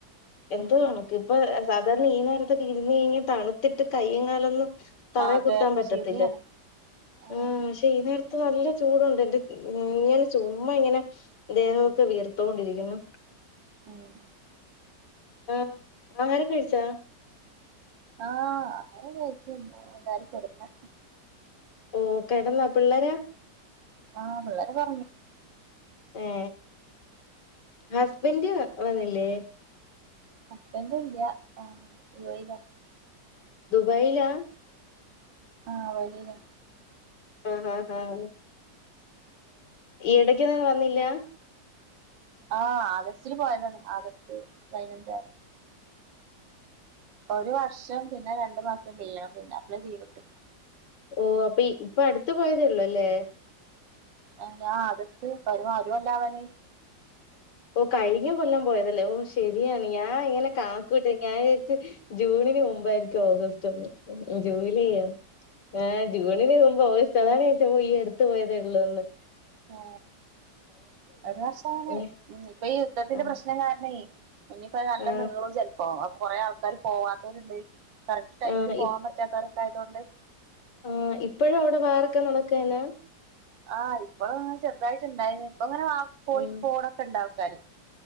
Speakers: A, on the left; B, on the right.
A: എന്തോ
B: ഉം
A: ഒണക്ക് ഇപ്പൊ സാധാരണ ഈ നേരത്തൊക്കെ ഇരുന്ന് കഴിഞ്ഞാ തണുത്തിട്ട് കയ്യും കാലുമൊന്നും തറേ
B: അതെ
A: കുത്താൻ പറ്റത്തില്ല
B: ശരിയാണ് ആഹ്
A: ആ പക്ഷേ ഈ നേര ദേഹത്ത് നല്ല ചൂടുണ്ട് എന്റെ ഇങ്ങനെ ചുമ്മാ ഇങ്ങനെ ദേഹ ക്കെ വിയർത്തോണ്ടിരിക്കുന്നു
B: ഉം
A: ആഹ് ആഹാരം കഴിച്ചാ
B: ആഹ് ആഹാരം കഴിച്ച് എല്ലാരും കിടന്ന്
A: ഓ കിടന്നാ പിള്ളേരാ
B: ആഹ് പിള്ളേരൊക്കെ ഒർങ്ങി
A: ഏ ഹസ്ബന്റ് വന്നില്ലേ
B: ഹസ്ബന്റ് ഇല്ല ആ യു എ യി ലാ
A: ദുബൈലാ
B: ആഹ് വഴിലാ
A: ആഹ് ആഹ് ആഹ് ഈ ഇടക്കൊന്നും വന്നില്ല
B: ആഹ് ആഗസ്റ്റില് പോയതാണ് ആഗസ്റ്റ് പതിനഞ്ചാംതി ഒരു വർഷം പിന്നെ രണ്ടു മാസം ചെയ്യണം പിന്നെ അപ്പളെ ലീവ്ട്ടും
A: ഓ അപ്പൊ ഇപ്പൊ അടുത്ത പോയതേ ഉള്ളൂ അല്ലേ
B: ആ ഞാ ആഗസ്റ്റ് ഒരു മാ ഒരു കൊല്ലാവാനായി
A: ഓ കഴിഞ്ഞ കൊല്ലം പോയതല്ലേ ഓ ശരിയാണ് ഞാൻ ആഹ് ഇങ്ങനെ കണക്കൂട്ടിഓക്കി ഞാൻ ജൂണിന് മുമ്പായിരിക്കും ഓഗസ്റ്റ് ഒന്ന് ഉ ജോല ചെയ്യാം ഏ ജൂണിന് മുമ്പ് ഓഗസ്റ്റ് അതാണ് ചെച്ചപ്പോ ഈ അടുത്ത് പോയതേ ഉള്ളൂ എന്ന്
B: ഓ ഒരു വസമാണ്
A: ഏ
B: ഇപ്പൊ ഈ യുദ്ധത്തിന്റെ
A: ആ
B: പ്രശ്നം കാരണ ഇനിപ്പോ നല്ല
A: ആ
B: മീളും ചെിലപ്പോ കൊറെേ ആൾക്കാാര് പോവാത്തവരുണ്ട് കറക്റ്റ് ടമിൽ
A: ആ
B: പോവാൻ
A: ഇ-
B: പറ്റാത്താര്യ എണ്ട്
A: ആ ഇപ്പഴും അവിടെ വേറൊക്കെ നടക്കനാ
B: ആഹ് ഇപ്പഴ ചെറ്‌ തായിട്ടുണ്ടായിന് അങ്ങനെ പോയി
A: ഉം
B: പോണൊക്കെ ഉണ്ടാവും കരി